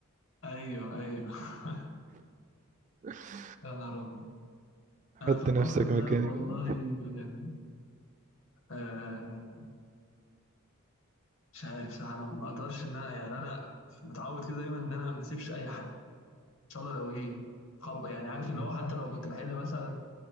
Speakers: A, on the left (about 65°); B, on the right (about 35°).
A: أيوه أيوه <laughs>
B: <laughs>
A: يا نهار أبيض أنا
B: حط
A: في الموقف
B: نفسك مكاني
A: ده والله
B: كده
A: يعني، آه مش عارف صح أنا ما أقدرش إن أنا يعني أنا متعود كده دايما إن أنا ما أسيبش أي حاجة إن شاء الله لو إيه خب يعني عارف
B: مم.
A: اللي هو حتى لو كنت بحل مثلا